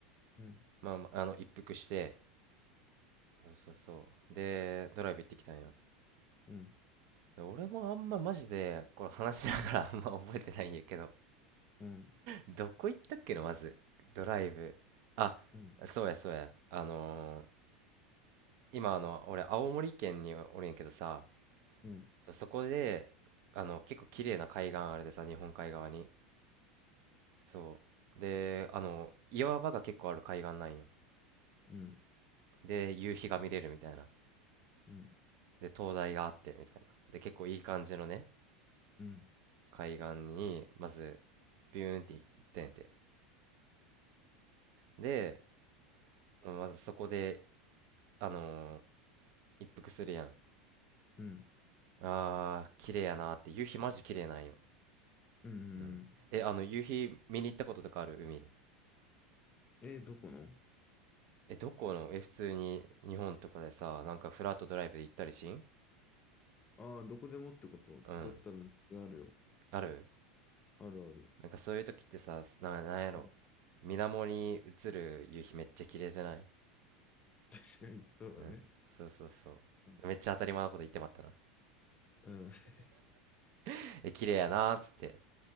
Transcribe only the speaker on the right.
まあまあ、あの、一服して、そうそうそう。で、ドライブ行ってきたんよ。
で俺もあんまマジで、これ話しながら <laughs> あんま覚えてないんやけど、
どこ行ったっけの、まず。ドライブ。あ、
そうやそうや。あのー今あの、俺青森県におるんやけどさ、
そこで、あの、結構綺麗な海岸あるでさ、日本海側に。そう。で、あの、岩場が結構ある海岸なんよ。
で、夕日が見れるみたいな。
で、灯台があってみたいな。で、結構いい感じのね、
海岸に、まず、ビューンって行ってんて。で、まずそこで、あのー一服するやん。
あー、綺麗やなーって。夕日マジ綺麗なんよ。
うん。え、あの、夕日見に行ったこととかある海で。
え、どこのえ、普通に日本とかでさ、なんかフラットドライブで行ったりしん
うん。ある
なんかそういう時ってさ、な、なんやろ。
水面に映る夕日めっちゃ綺麗じゃない
うん。そうそうそう。
めっちゃ当たり前のこと言ってまったな。
<laughs> え、綺麗やなーっつって。